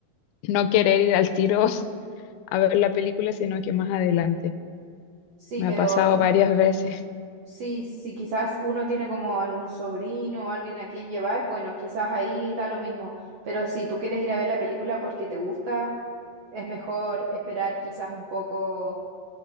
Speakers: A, on the left (about 85°); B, on the right (about 70°).
A: no querer ir al tiro <laughs> a ver la película, sino que más adelante.
B: Sí,
A: Me
B: pero...
A: ha pasado
B: <laughs>
A: varias veces.
B: Sí, si quizás uno tiene como algún sobrino o alguien a quien llevar, bueno, quizás ahí da lo mismo, pero si tú quieres ir a ver la película porque te gusta, es mejor esperar quizás un poco